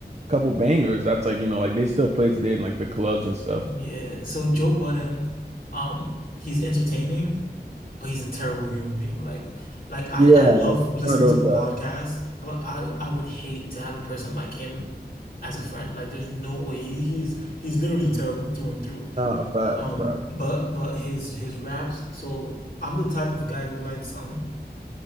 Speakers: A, on the right; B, on the left.
A: couple bangers. That's like, you know, like they still play today in like the clubs and stuff.
B: Yeah. So Joe Budden, um, he's entertaining, but he's a terrible human being. Like, like I,
A: Yeah,
B: I love
A: one
B: listening
A: of those
B: to the
A: guys.
B: podcast, but I, I would hate to have a person like him as a friend. Like, there's no way he, he's he's literally terrible through and through.
A: Ah, facts,
B: Um,
A: facts,
B: but
A: facts.
B: but his his raps. So I'm the type of guy who likes um